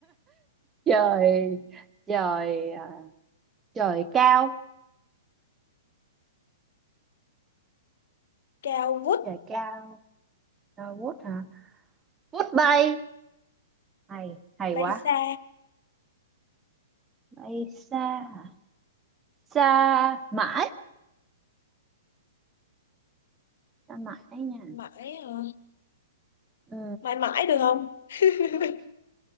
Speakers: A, on the right (about 15°); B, on the left (about 60°).
A: Trời Trời ờ, Trời cao
B: Cao vút
A: Trời cao Ờ, Vút hả? Vút bay Hay hay
B: bay
A: quá
B: xa
A: bay xa hả? xa mãi xa mãi nha
B: Mãi hả?
A: ừ
B: Mãi mãi được không? <laughs>